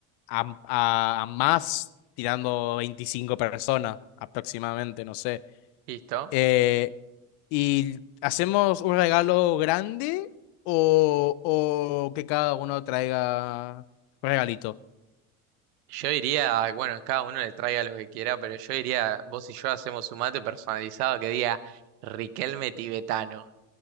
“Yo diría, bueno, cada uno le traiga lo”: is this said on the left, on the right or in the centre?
Right